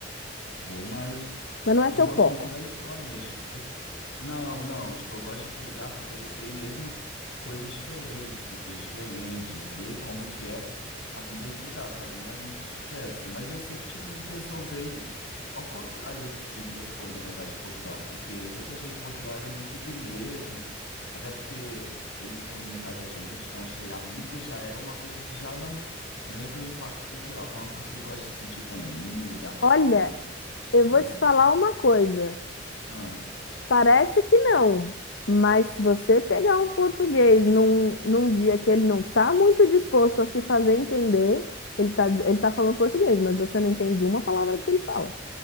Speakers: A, on the left; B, on the left.
A: vou, mas
B: mas não é
A: eu
B: seu
A: gosto
B: foco.
A: muito da história mesmo. Não, não, tipo, eu gosto de ir pro lugar para conhecer mesmo coisas diferentes, culturas diferentes, ver como que é a vida em outro lugar, sabe? Não é muito de festa, mas eu sempre tive uma impressão bem ao contrário do que você falou, na verdade, de Portugal, porque eu sempre achei que Portugal era muito do mesmo, até porque eles colonizaram a gente, então achei a língua já é uma coisa que já não, não ia ter um impacto cultural, que é uma coisa que eu gosto de sentir também, ir num lugar que
B: Olha.
A: fala uma língua
B: Eu
A: completa.
B: vou te falar uma coisa.
A: Ah.
B: Parece que não, mas se você pegar um português num, num dia que ele não está muito disposto a se fazer entender, ele está ele tá falando português, mas você não entende uma palavra do que ele fala.